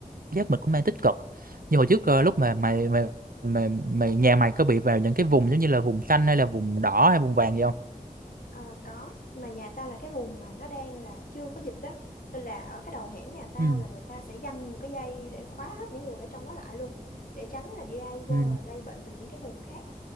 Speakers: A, on the right (about 70°); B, on the left (about 70°).
A: giác mình cũng đang tích cực như hồi trước ờ, lúc mà mày mày mày mày nhà mày có bị vào những cái vùng giống như là vùng xanh hay là vùng đỏ hay vùng vàng gì không
B: Ờ, có mà nhà tao là cái vùng mà nó đang là chưa có dịch đó nên là ở cái đầu hẻm nhà tao
A: ừ
B: là người ta sẽ giăng một cái dây để khóa hết những người ở trong đó lại luôn để tránh là đi ra đi vô
A: ừ
B: rồi lây bệnh từ những cái vùng khác á